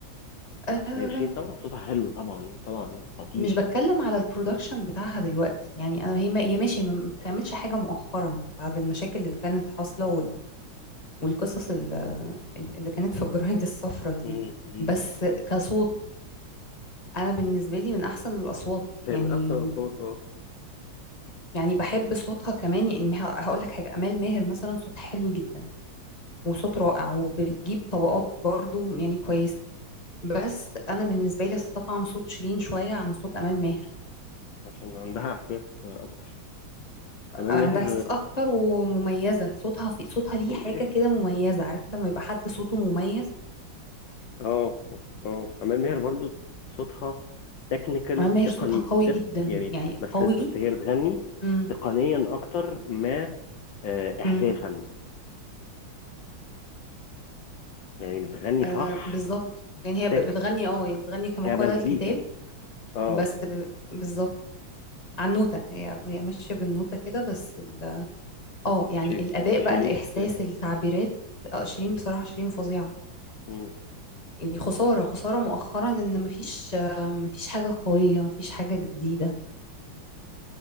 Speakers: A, on the left; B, on the left.
A: آه
B: يعني شيرين طبعا صوتها حلو طبعا طبعا خطير
A: مش بتكلم على البرودكشن بتاعها دلوقتي يعني انا هي ما هي ماشي ما بتعملش حاجه مؤخرا بعد المشاكل اللي كانت حاصله وال- والقصص ال- ال- اللي كانت في الجرايد الصفراء دي
B: مم، مم.
A: بس كصوت انا بالنسبه لي من احسن الاصوات يعني
B: هي من احسن الاصوات اه
A: يعني بحب صوتها كمان يعني هقول لك حاجه امال ماهر مثلا صوت حلو جدا وصوت رائع وبتجيب طبقات برضو يعني كويسة بس أنا بالنسبة لي استطعم صوت شيرين شوية عن صوت أمال ماهر
B: عشان عندها احساس آه، اكتر امال
A: عندها
B: ماهر
A: إحساس أكتر ومميزة صوتها في صوتها ليه
B: اه
A: حاجة كده مميزة عارف لما يبقى حد صوته مميز
B: <clears throat> اه آه. امال ماهر برضو صوتها تكنيكال
A: أمال ماهر
B: تقني
A: صوتها قوي
B: تق...
A: جدا
B: يعني
A: يعني
B: بس
A: قوي
B: بس هي بتغني
A: امم
B: تقنيا اكتر ما آه، احساسا
A: امم
B: يعني بتغني
A: آه
B: صح
A: بالظبط يعني هي ب-
B: تك
A: بتغني اه يعني بتغني كما
B: كمزيكا
A: قال الكتاب
B: اه
A: بس ب- بالظبط على النوتة هي هي ماشية بالنوتة كده بس ال- اه يعني
B: شير-
A: الأداء
B: ش-
A: بقى
B: شيرين
A: الإحساس
B: احساسا
A: التعبيرات آه، شيرين بصراحة شيرين فظيعة
B: مم.
A: يعني خسارة خسارة مؤخرا ان مفيش آه، مفيش حاجة قوية مفيش حاجة جديدة